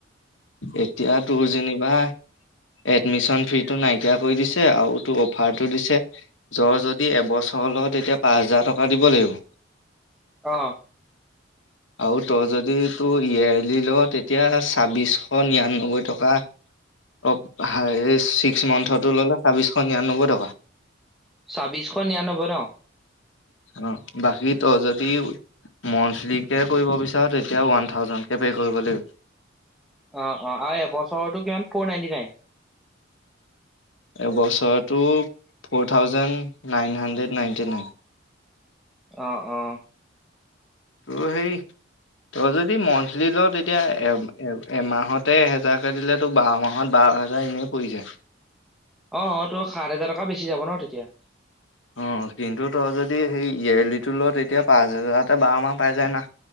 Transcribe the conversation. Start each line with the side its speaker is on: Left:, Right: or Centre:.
Left: এতিয়া তোৰ যেনিবা এডমিশ্যন ফ্ৰীটো নাইকিয়া কৰি দিছে আও টো অফাৰটো দিছে য যদি এবছৰ ত ল তেতিয়া পাঁচ হেজাৰ টকা দিব লাগিব
Centre: অ
Left: আৰু তই যদি তোৰ ইয়োৰলি ল তেতিয়া ছাব্বিশ শ নিৰান্নবৈ টকা অহ ছিক্স মান্থতো ল'লে ছাবিশ শ নিৰানব্বৈ টকা
Centre: চাবিছখ নিয়ানবৈ ন
Left: অ বাকী তই যদি মন্থলিকে কৰিব বিচাৰ তেতিয়া ওৱান থাউজেণ্ডকে পে' কৰিব লাগিব
Centre: অ অ আৰু এবছৰটো কিমান ফৰ নাইনটি নাইন
Left: এই বছৰটো four thousand nine hundred ninety nine
Centre: অ অ
Left: তোৰ সেই তই যদি মন্থলি ল তেতিয়া এ এ এমাহতে এহেজাৰকে দিলে তোৰ বাৰ মাহত বাৰ বাৰহাজাৰ এনেই পৰি যায়
Centre: অহ তোৰ সাত হেজাৰ টকা বেছি যাব ন তেতিয়া
Left: অ কিন্তু তই যদি সেই ইয়েলিটো লও তেতিয়া পাঁচ হেজাৰতে বাৰ মাহ পাই যায় না।